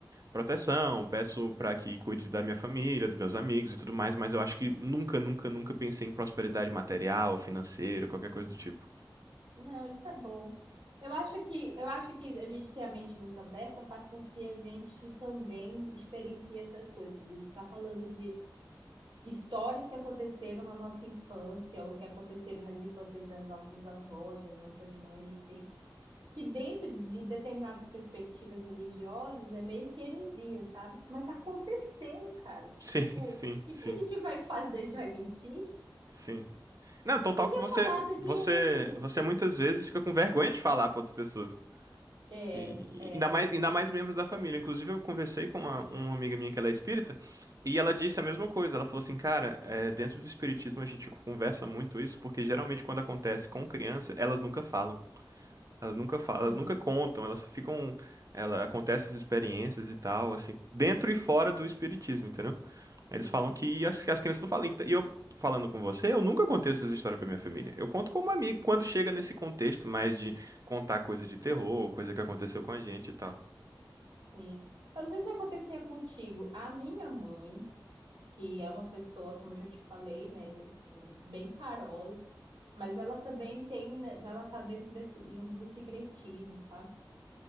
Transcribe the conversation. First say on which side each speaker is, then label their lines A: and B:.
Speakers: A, on the right; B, on the right.
A: proteção, peço pra que cuide da minha família, dos meus amigos e tudo mais, mas eu acho que nunca, nunca, nunca pensei em prosperidade material, financeira, qualquer coisa do tipo.
B: Não, isso é bom. Eu acho que eu acho que a gente ter a mente muito aberta faz com que a gente também experiencie essas coisas. A gente está falando de histórias que aconteceram na nossa infância ou que aconteceram nas infâncias das nossas avós, das nossas mães, assim, que dentro de determinadas perspectivas religiosas é meio que heresia, sabe? Mas aconteceu, cara.
A: Sim,
B: Tipo,
A: <laughs>
B: o
A: sim,
B: que
A: sim.
B: que a gente vai fazer? A gente vai mentir?
A: Sim. Não, então tal
B: Você tinha
A: que você,
B: falado
A: você,
B: de um,
A: você muitas vezes fica com vergonha de falar para outras pessoas.
B: é,
A: Que...
B: é,
A: Ainda mais, ainda mais membros da família. Inclusive, eu conversei com uma, uma amiga minha que ela é espírita e ela disse a mesma coisa. Ela falou assim, cara, é, dentro do espiritismo a gente conversa muito isso, porque geralmente quando acontece com criança, elas nunca falam. Elas nunca falam,
B: sim,
A: elas nunca contam, elas ficam. Ela, acontece essas experiências e tal, assim, dentro e fora do espiritismo, entendeu? Eles
B: sim.
A: falam que as, as crianças não falam. Então, E eu, falando com você, eu nunca contei essas histórias pra minha família. Eu conto como amigo quando chega nesse contexto mais de contar coisa de terror, coisa que aconteceu com a gente e tal.
B: Sim. Eu não sei se acontecia contigo. A minha mãe, que é uma pessoa, como eu já te falei, né, é, bem carola, mas ela também tem, né, ela tá dentro desse mundo do secretismo, sabe?